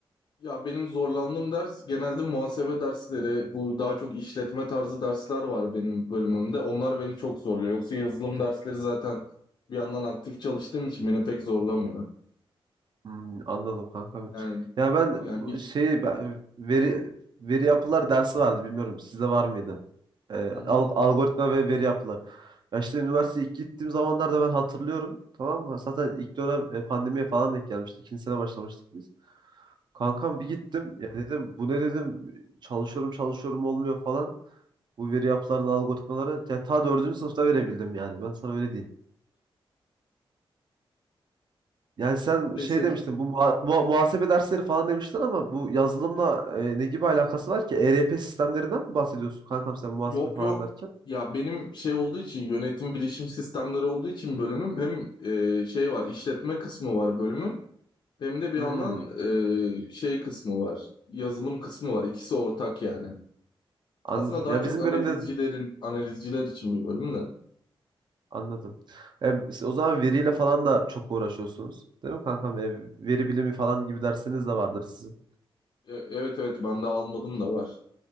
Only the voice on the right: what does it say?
Hmm, anladım kanka.
Ya ben
bu
şeyi ben veri veri yapılar dersi vardı bilmiyorum. Sizde var mıydı? E,
al- algoritma ve veri yapılar. Ya işte üniversiteye ilk gittiğim zamanlarda ben hatırlıyorum. Tamam mı? Zaten ilk dönem e, pandemiye falan denk gelmişti. İkinci sene başlamıştık biz. Kankam
bir gittim. Ya dedim bu ne dedim. Çalışıyorum çalışıyorum olmuyor falan. Bu veri yapıların algoritmaları. Ya ta dördüncü sınıfta verebildim yani. Ben sana öyle diyeyim. Yani sen şey
demiştin bu muha- muha- muhasebe dersleri falan demiştin ama bu yazılımla e, ne gibi alakası var ki? ERP sistemlerinden mi bahsediyorsun kankam sen muhasebe
falan
derken?
Hmm.
Anladım.
Ya
bizim
bölümde
anladım. E, siz o zaman veriyle falan da çok uğraşıyorsunuz. Değil mi kankam? E, veri bilimi falan gibi dersiniz de vardır sizin.